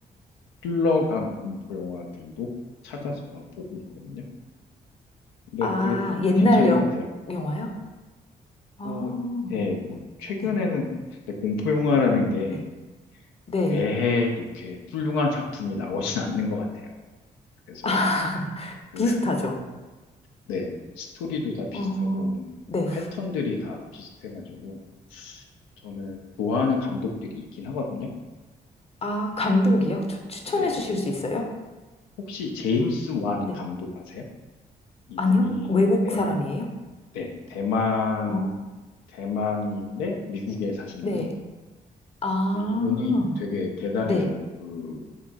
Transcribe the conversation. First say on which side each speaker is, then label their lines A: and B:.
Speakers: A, on the left; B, on the left.
A: 흘러간 공포 영화들도 찾아서 막 보고 있거든요. 근데
B: 아,
A: 되게
B: 옛날
A: 괜찮은
B: 영,
A: 것 같아요.
B: 영화요? 아,
A: 뭐, 예, 뭐, 최근에는
B: 네.
A: 근데 공포 영화라는 게
B: 네. 네.
A: 매해 이렇게 훌륭한 작품이 나오진 않는 것 같아요. 그래서,
B: 아,
A: 그,
B: <laughs> 비슷하죠?
A: <laughs> 네, 스토리도 다 비슷하고,
B: 어, 네.
A: 패턴들이 다 비슷해가지고, 저는 좋아하는 감독들이 있긴 하거든요.
B: 아, 감독이요? 추, 추천해
A: 네,
B: 주실 수 있어요?
A: 혹시 제임스 완
B: 네.
A: 감독 아세요? 이분이,
B: 아니요? 외국
A: 대,
B: 사람이에요?
A: 네, 대만,
B: 어,
A: 대만인데 미국에 사시는
B: 네.
A: 분?
B: 아,
A: 근데 이분이 되게 대단해요.
B: 네.
A: 그,